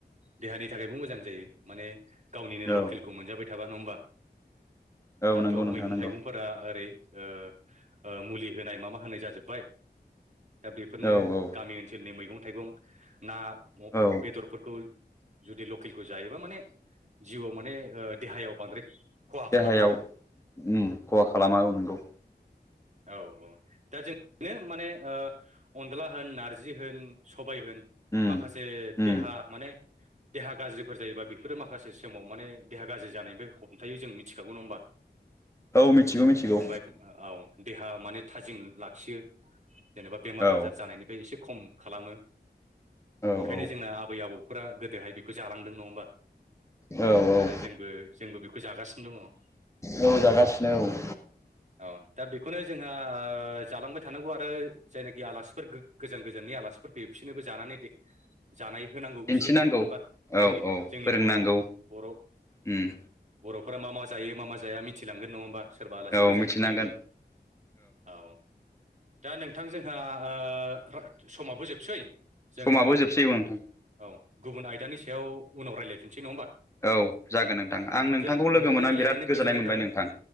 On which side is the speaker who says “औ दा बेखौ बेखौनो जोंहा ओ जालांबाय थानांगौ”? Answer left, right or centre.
Right